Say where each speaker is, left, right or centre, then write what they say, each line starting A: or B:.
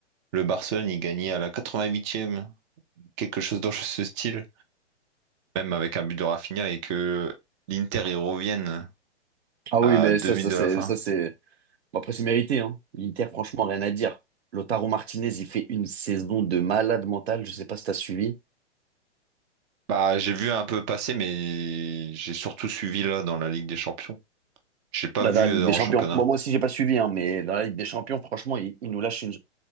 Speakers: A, on the right; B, on the right.
A: le Barcelone, il gagnait à la 88e, quelque chose dans ce style, même avec un but de Rafinha et que l'Inter y revienne
B: Ah
A: à
B: oui, mais
A: deux
B: ça,
A: minutes
B: ça
A: de
B: c'est,
A: la fin.
B: ça c'est. bon, après, c'est mérité, hein. L'Inter, franchement, rien à dire. Lautaro Martinez, il fait une saison de malade mental. Je sais pas si t'as suivi.
A: Bah, j'ai vu un peu passer, mais j'ai surtout suivi là dans la Ligue des Champions. J'ai pas
B: Bah,
A: vu
B: Dans la Ligue
A: euh,
B: des
A: en
B: Champions.
A: championnat.
B: Bon, moi aussi, j'ai pas suivi, hein, mais dans la Ligue des Champions, franchement, il, il nous lâche une.